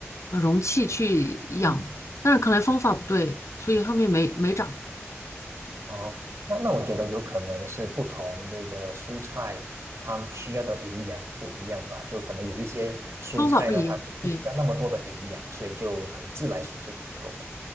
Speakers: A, on the left; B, on the right.
A: 呃容器去养，
B: 嗯，
A: 但是可能方法不对，所以后面没没长，
B: 哦，那那我觉得有可能是不同这个蔬菜它需要的营养不一样吧，就可能有一些蔬菜呢，
A: 方法不一样，
B: 它是不需要那么多的营养，
A: 对。
B: 所以就可能自来水就足够了。